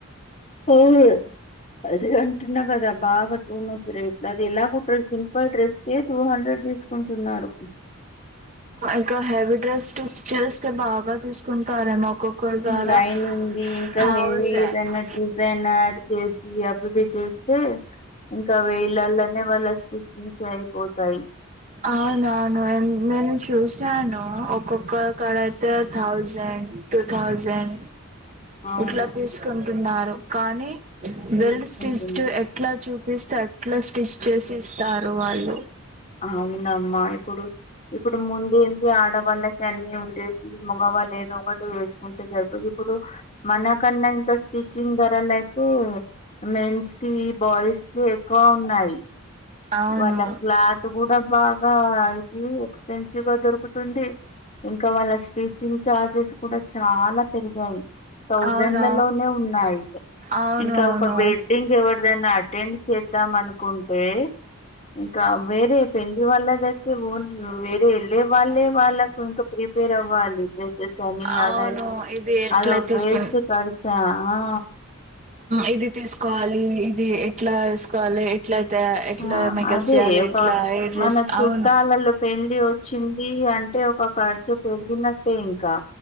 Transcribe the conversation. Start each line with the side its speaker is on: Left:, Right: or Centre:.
Left: అవును అదే అంటున్నా గదా బాగా టూ మచ్చ రేట్ల అది ఎలా కుట్టారు సింపల్ డ్రెస్ కే టూ హండ్రెడ్ తీసుకుంటున్నారు
Right: ఇంకా హెవీ డ్రెస్స్టి స్టిచ్ చేస్తే బాగా తీసుకుంటారేమో ఒక్కొక్కరు కాడ
Left: లైనింగ్ది ఇంకా
Right: థౌజండ్
Left: హెవీ ఏదన్నా డిజ్ జైన్ యాడ్ చేసి అవిఇవి చేస్తే ఇంకా వేలలోనే వాళ్ళ స్టిచ్చింగ్ అయిపోతాయి
Right: అవునవును నేను చూసాను ఒక్కొక్కక్కడ అయితే థౌజండ్ టూ థౌజండ్
Left: అవును
Right: ఇట్లా తీసుకుంటున్నారు కానీ
Left: తీసుకుంటున్నా
Right: వెల్డ్ స్స్ ఎట్లా చూపిస్తే అట్లా స్టిచ్ చేసి ఇస్తారు వాళ్ళు
Left: అ మ్మా ఇప్పుడు ఇప్పుడు ముందేంటి ఆడవాళ్ళకి అన్నీ ఉండేవి మగ వాళ్ళు ఏదో ఒక వేసుకొంటే సరిపోదు ఇప్పుడు మన కన్నా ఇంకా స్టిచింగ్ ధరలు అయితే మెన్స్ కి బాయ్స్ కి ఎక్కువ ఉన్నాయి
Right: అవును
Left: వాళ్ళ క్లాత్ కూడా బాగా ఇది ఎక్స్పెన్సివ్ గా దొరుకుతుంది ఇంకా వాళ్ళ స్టిచ్చింగ్ ఛార్జెస్ కూడా చాలా పెరిగాయి థౌజండ్లలోనే
Right: అవును
Left: ఉన్నాయి
Right: అవును
Left: ఇంకా
Right: అవును
Left: ఒక వెడ్డింగ్ ఎవరిదైనా అటెండ్ చేద్దాం అనుకుంటే ఇంకా వేరే పెళ్లి వాళ్ళది అయితే ఓ వేరే వెళ్ళే వాళ్ళే వాళ్ళకు ఇంకా ప్రీ ప్రేమ అవ్వాలి సేమియా
Right: అవును
Left: కానీ
Right: ఇది ఎట్లా
Left: అదొక
Right: తీసుకు
Left: వేస్ట్ ఖర్చా ఆ
Right: ఇది తీసుకోవాలి ఇది ఎట్లా తీసుకోవాలి ఎట్లా ఎట్లా
Left: ఆ
Right: మేకప్
Left: అదే
Right: చేయాలి
Left: ఒక
Right: ఎట్లా ఏ డ్రెస్
Left: మన చుట్టాలలో
Right: అవును
Left: పెళ్లి వచ్చింది అంటే ఒక ఖర్చు పెరిగినట్టే ఇంకా